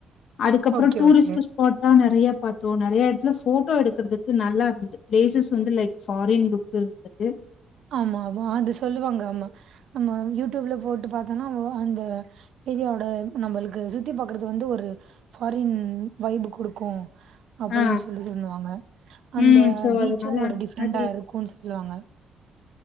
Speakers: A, on the left; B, on the right.
A: அதுக்கப்புறோ
B: ஓகே,
A: டூரிஸ்ட்டு
B: ஓகே.
A: ஸ்பாட்டா நறைய பாத்தோ நறையா எடத்துல ஃபோட்டோ எடுக்கறதுக்கு நல்லா இருந்தது பிளேசஸ் வந்து லைக் ஃபாரின் லுக்கு இருந்துது
B: ஆமா வா அது சொல்லுவாங்க ஆமா நம்ம யூடியூப்ல போட்டு பாத்தோனா அவ்வ அந்த ஏரியா ஓட நம்பளுக்கு சுத்தி பாக்குறது வந்து‌ ஒரு ஃபாரின் வைபு குடுக்கு அப்டின்
A: ஆ
B: சொல்லி சொல்லுவாங்க அந்த
A: ம் சோ
B: பீச்சு
A: அதனால
B: ஒரு
A: அந்த
B: டிஃப்ரெண்ட்டா
A: மாரி
B: இருக்குன் சொல்லுவாங்க